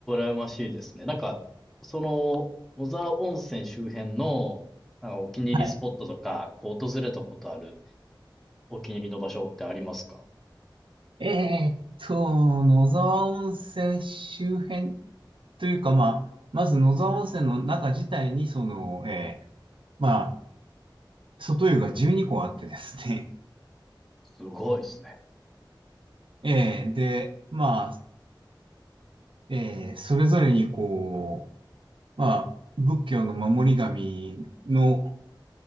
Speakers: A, in the centre; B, on the right.
A: 羨ましいですね。なんか、その、野沢温泉周辺の、なんかお気に入りスポットとか、
B: はい。
A: こう訪れたことあるお気に入りの場所ってありますか
B: えーっと、野沢温泉周辺というか、まあ、まず野沢温泉の中自体に、その、えーまあ、外湯が12個あってですね、
A: すごいですね。
B: <laughs> えーで、まあ、えーそれぞれにこう、まあ、仏教の守り神の、